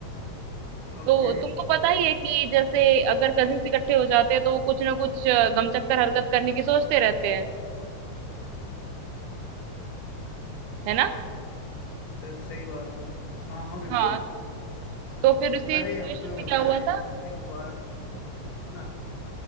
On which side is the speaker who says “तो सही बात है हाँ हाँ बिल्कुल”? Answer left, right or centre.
Left